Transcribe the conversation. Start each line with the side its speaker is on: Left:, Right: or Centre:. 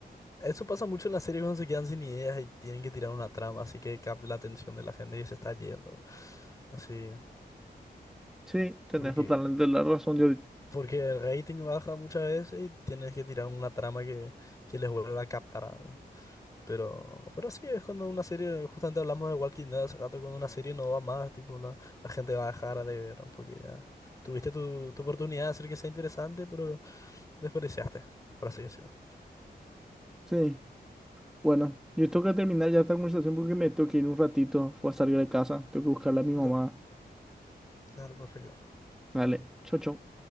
Left: Eso pasa mucho en las series cuando se quedan sin ideas y tienen que tirar una trama, así que capte la atención de la gente y se está yendo. Así,
Centre: Sí, tenés
Left: porque,
Centre: totalmente la razón, yo.
Left: porque el rating baja muchas veces y tienes que tirar una trama que, que les vuelva a captar. ¿no? Pero, pero sí, es cuando una serie, justamente hablamos de Walking Dead hace rato, cuando una serie no va más, tipo, la, la gente va a dejar de ver, ¿no? porque ya tuviste tu, tu oportunidad de hacer que sea interesante, pero desperdiciaste, por así decirlo.
Centre: Sí, bueno, yo tengo que terminar ya esta conversación porque me tengo que ir un ratito. Fue a salir de casa, tengo que buscarle a mi
Left: No,
Centre: mamá.
Left: claro, perfecto.
Centre: Dale, chau, chau.